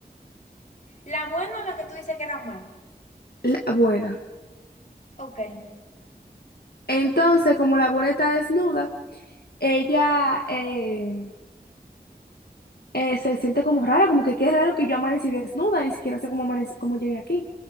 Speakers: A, on the left; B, on the left.
A: la buena o la que tú dices que era mala.
B: La buena.
A: Ok.
B: Entonces, como la buena está desnuda, ella, eh, eh, se siente como rara, como que qué raro que yo amanecí desnuda, ni siquiera sé cómo, amanec- cómo llegué aquí.